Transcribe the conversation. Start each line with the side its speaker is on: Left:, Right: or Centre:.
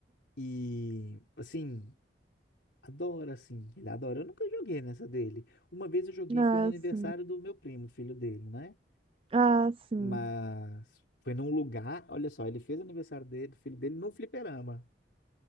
Left: E assim, adora, assim. Ele adora. Eu nunca joguei nessa dele. Uma vez eu joguei,
Right: Ah,
Left: foi no aniversário
Right: sim,
Left: do meu primo, filho dele, né?
Right: ah, sim.
Left: Mas foi num lugar. Olha só, ele fez o aniversário dele, do filho dele, num fliperama.